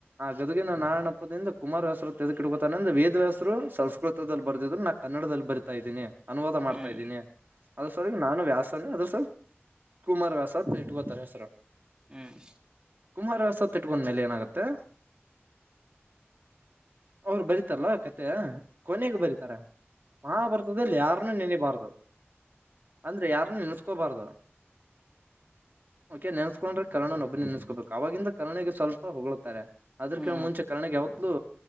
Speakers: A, on the right (about 50°); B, on the right (about 20°).
A: ಗದಗಿನ ನಾಯಣಪ್ಪದಿಂದ ಕುಮಾರ್ ವ್ಯಾಸರು ಎಂದು ಎದುಕಾ ಇಟ್ಕೊಂತಾನೆ ಅಂದ್ರೆ ವೇದವ್ಯಾಸರು ಸಂಸ್ಕೃತದಲ್ಲಿ ಬರ್ದಿದ್ ನಾ ಕನ್ನಡದಲ್ಲಿ ಬರಿತಾ ಇದೀನಿ ಅನುವಾದ ಮಾಡ್ತಾ
B: ಹ್ಮ್ ಹ್ಮ್
A: ಇದ್ದೀನಿ ಅದ ಸಲುವಾಗಿ ನಾನು ವ್ಯಾಸ ಅದ್ರ ಸಲ್ ಕುಮಾರ್ ವ್ಯಾಸ ಅಂತ ಇಟ್ಕೋತಾರೆ ಹೆಸರು
B: ಹ್ಮ್
A: ಕುಮಾರ ವ್ಯಾಸ ಅಂತ ಇಟ್ಕೊಂಡ್ಮೇಲೆ ಏನಾಗುತ್ತೆ ಅವರು ಬರೀತಾರಲ್ಲ ಕತೆ ಕೊನೆಗೆ ಬರೀತಾರೆ ಮಹಾಭಾರತದಲ್ಲಿ ಯಾರನ್ನೂ ನೆನಬಾರ್ದು ಅಂದ್ರೆ ಯಾರನ್ನ ನೆನೆಸ್ಕೋಬಾರ್ದು ಓಕೆ ನೆನ್ಸ್ಕೊಂಡ್ರೆ ಕರುಣನೊಬ್ಬನ ನೆನೆಸ್ಕೋಬೇಕು ಅವಾಗಿಂದ ಕರುಣಗ ಸ್ವಲ್ಪ ಹೊಗಳುತ್ತಾರೆ ಅದ್ರಕಿನ
B: ಹ್ಮ್
A: ಮುಂಚೆ ಕರ್ಣಗೆ ಯಾವತ್ತುಲೂ